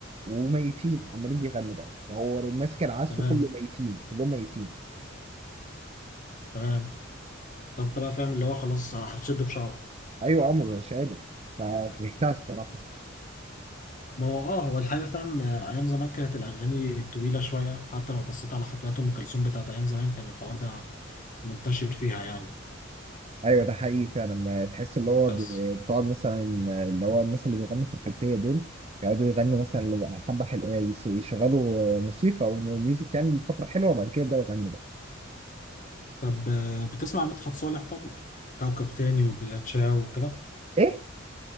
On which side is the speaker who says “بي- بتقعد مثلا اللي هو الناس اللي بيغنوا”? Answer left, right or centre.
Right